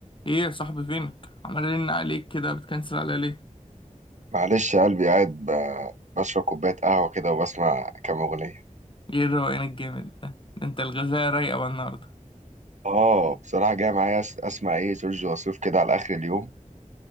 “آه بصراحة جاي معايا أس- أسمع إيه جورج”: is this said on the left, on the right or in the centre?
Right